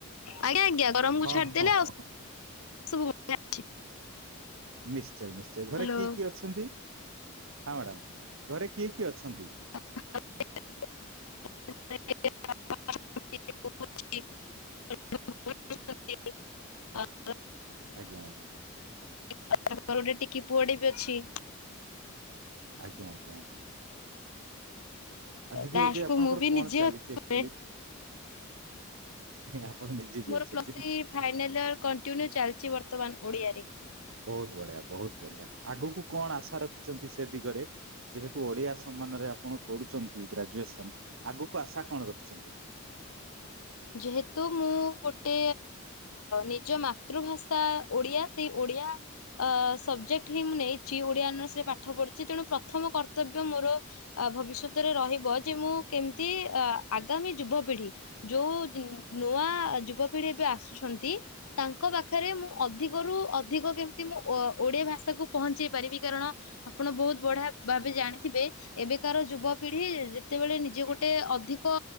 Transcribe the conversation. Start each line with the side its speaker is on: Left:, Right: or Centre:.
Left: ଆଜ୍ଞା ଆଜ୍ଞା ଗରମକୁ
Right: ହଁ
Left: ଛାଡିଦେଲେ
Right: ହ
Left: ଆଉ
Right: ହ
Left: ସବୁ ବଢିଆ ଅଛି।
Right: ନିଶ୍ଚୟ ନିଶ୍ଚୟ ଘରେ
Left: ହ୍ୟାଲୋ।
Right: କିଏ କିଏ ଅଛନ୍ତି ହଁ ମ୍ୟାଡ଼ାାମ ଘରେ କିଏ କିଏ ଅଛନ୍ତି
Left: <unintelligible>
Right: ଆଜ୍ଞା ଆଜ୍ଞା
Left: <inaudible> ଟିକି ପୁଅଟେ ବି ଅଛି
Right: ଆଜ୍ଞା ଆଜ୍ଞ ଆଉ ଦିଦି
Left: ଲାଷ୍ଟ
Right: ଏବେ ଆପଣଙ୍କର
Left: କୁ ମୁଁ ବି
Right: କଣ
Left: ନିଜେ
Right: ଚାଲିଛି ଆକ୍ଚୁଆଲି। ଆପଣ ନିଜେ ବି
Left: ମୋର
Right: ଅଛନ୍ତି
Left: ପ୍ଲଥ୍ରୀ ଫାଇନାଲ ଇୟର କଣ୍ଟିନ୍ୟୁ ଚାଲିଛି ବର୍ତ୍ତମାନ। ଓଡ଼ିଆରେ।
Right: ବହୁତ ବଢିଆ ବହୁତ ବଢିଆ ଆଗକୁ କଣ ଆସ ଆସ ରଖି ଛନ୍ତି ସେ ଦିଗରେ ଯେହେତୁ ଓଡ଼ିଆ ସାମନାରେ କରୁଛନ୍ତି ଗ୍ରାଜ୍ୟସନ ଆଗକୁ ଆସା କଣ ରଖଛି ଚମ୍ପ
Left: ଯେହେତୁ ମୁଁ ଗୋଟେ ନିଜ ମାତୃଭାଷା ଓଡିଆ ସେଇ ଓଡିଆ ସବଜେକ୍ଟ ହିଁ ମୁଁ ନେଇଛି ଓଡିଆର୍ସରେ ପାଠ ପଢିଛି ତେଣୁ ପ୍ରଥମ କର୍ତ୍ତବ୍ୟ ମୋର ଭବିଷ୍ୟତରେ ରହିବ ଯେ ମୁଁ କେମିତି ଆଗାମୀ ଯୁବପିଢି। ଯୋଉ ନୂଆ ଯୁବପିଢି ଏବେ ଆସୁଛନ୍ତି ତାଙ୍କ ପାଖରେ ମୁଁ ଅଧିକରୁୁ ଅଧିକ କେମିତି ମୁଁ ଓଡିଆ ଭାଷାକୁ ପହଞ୍ଚେଇ ପାରିବି କାରଣ ଆପଣ ବହୁତ ବଢିଆ ଭାବେ ଜାଣିଥିବେ ଏବେକାର ଯୁବପିଢି ଯେତେବେଳେ ନିଜେ ଗୋଟେ ଅଧିକ